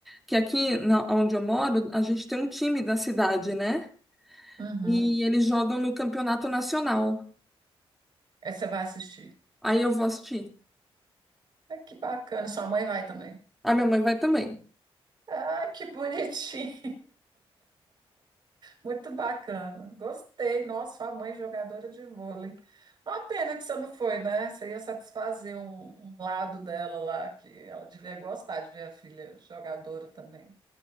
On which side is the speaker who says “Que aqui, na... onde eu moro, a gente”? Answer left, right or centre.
Centre